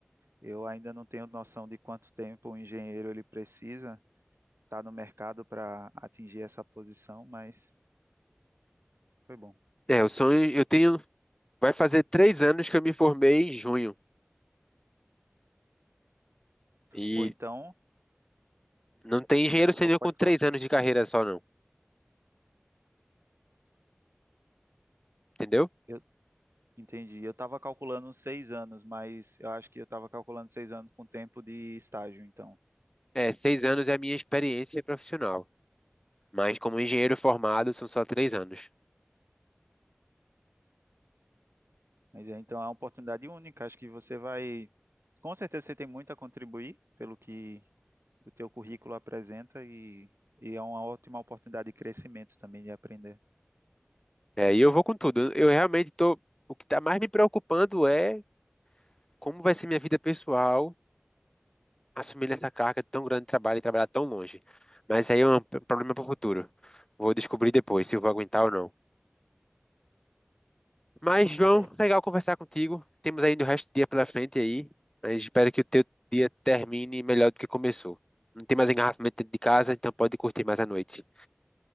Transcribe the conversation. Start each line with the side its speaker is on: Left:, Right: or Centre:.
Right: Eu ainda não tenho noção de quanto tempo um engenheiro ele precisa estar no mercado para atingir essa posição, mas foi bom.
Left: É, o sonho, eu tenho, vai fazer três anos que eu me formei em junho. E
Right: Ou então,
Left: não tem engenheiro
Right: desculpa,
Left: sênior
Right: pode
Left: com três
Right: falar.
Left: anos de carreira só, não, entendeu?
Right: Eu entendi. Eu estava calculando uns seis anos, mas eu acho que eu estava calculando seis anos com tempo de estágio, então.
Left: É, seis anos é a minha experiência profissional. Mas como engenheiro formado, são só três anos.
Right: Mas é, então é uma oportunidade única. Acho que você vai, com certeza você tem muito a contribuir pelo que o teu currículo apresenta e, e é uma ótima oportunidade de crescimento também, de aprender.
Left: É, e eu vou com tudo. Eu realmente tô. O que tá mais me preocupando é como vai ser minha vida pessoal assumindo essa carga tão grande de trabalho e trabalhar tão longe. Mas aí é um p- problema para o futuro. Vou descobrir depois se eu vou aguentar ou não. Mas, João,
Right: É
Left: legal conversar contigo. Temos ainda o resto do dia pela frente aí. Mas espero que o teu dia termine melhor do que começou. Não tem mais engarrafamento dentro de casa, então pode curtir mais a noite.